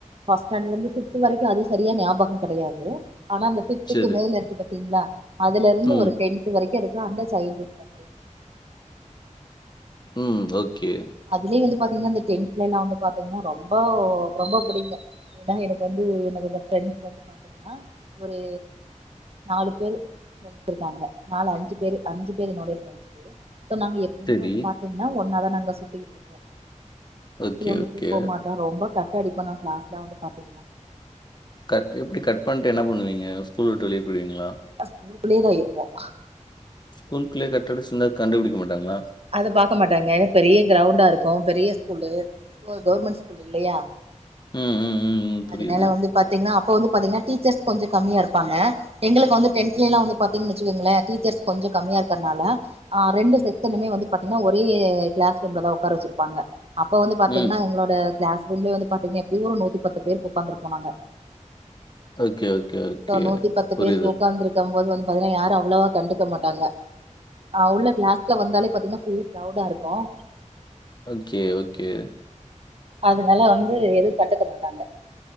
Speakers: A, on the right; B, on the left.
A: ஃபஸ்டாண்லந்து ஃபிப்து வரைக்கு அது சரியா ஞாபகம் கெடயாது ஆனா அந்த ஃபிப்துக்கு
B: சரி.
A: மேல இருக்கு பாத்தீங்ளா அதுலருந்து
B: ம்.
A: ஒரு டென்த் வரைக்கும் இருக்கு அந்த சைடு இருக்கும்
B: ம் ஓகே
A: அதுல்யு வந்து பாத்தீங்னா அந்த டென்த்ல எல்லாம் வந்து பாத்தீங்னா ரொம்ப ரொம்ப புடிக்கும் தா எனக்கு வந்து என்னோட ஃப்ரெண்ஸ் வந்து பா நா ஒரு நாலு பேரு இருக்காங்க நாலு அஞ்சு பேரு அஞ்சு பேரு என்னோடய ஃப்ரெண்ஸூ சோ நாங்க எப்பவுமே
B: சரி.
A: வந்து பாத்தீங்கனா ஒன்னாதா நாங்க சுத்திகிட்ருப்போம்
B: ஓகே,
A: கேங்
B: ஓகே.
A: போ மாட் நா ரொம்ப கட் அடிப்ப நா க்ளாஸ்லா வந்து பாத்தீங்கன்னா
B: கட் எப்டி கட் பண்ட்டு என்ன பண்ணுவீங்க ஸ்கூல் விட்டு வெளிய போய்டுவீங்ளா
A: அ ஸ்கூல்குள்ளயே தா இருப்போம்
B: ஸ்கூல்குள்ளயே கட் அடிஷ்ந்தா கண்டுபுடிக்க மாட்டாங்ளா
A: அது பாக்க மாட்டாங்க ஏ பெரிய க்ரௌண்டா இருக்கும் பெரிய ஸ்கூலு கவர்மெண்ட் ஸ்கூல் இல்லையா
B: ம் ம் ம் ம் புரியுது.
A: அதுனால வந்து பாத்தீங்னா அப்ப வந்து பாத்தீங்னா டீச்சர்ஸ் கொஞ்சம் கம்மியா இருப்பாங்க எங்ளுக்கு வந்து டென்த்லைலா வந்து பாத்தீங் வச்சுக்கங்களேன் டீச்சர்ஸ் கொஞ்சொ கம்மியா இருக்கற்னால ஆ ரெண்டு செக்ஸனுமே வந்து பாத்தீங்னா ஒரே க்ளாஸ் ரூம்லதா உக்கார வெச்சிருப்பாங்க அப்ப வந்து பாத்தீங்னா
B: ம்.
A: எங்ளோட க்ளாஸ் ரூம்லே வந்து பாத்தீங்க எப்டி ஒரு நூத்திபத்து பேர் உக்காந்துருப்பாங்க
B: ஓகே, ஓகே, ஓகே.
A: சோ நூத்திபத்து
B: புரியுது.
A: பேருக்கு உக்காந்துரு இருக்கும்போது வந்து பாத்தனா யாரும் அவ்வளவா கண்டுக்க மாட்டாங்க ஆ உள்ள க்ளாஸ்ல வந்தாலே பாத்தீங்னா ஃபுல் க்ரௌடா இருக்கும்
B: ஓகே ஓகே
A: அதுனால வந்து எது கண்டுக்க மாட்டாங்க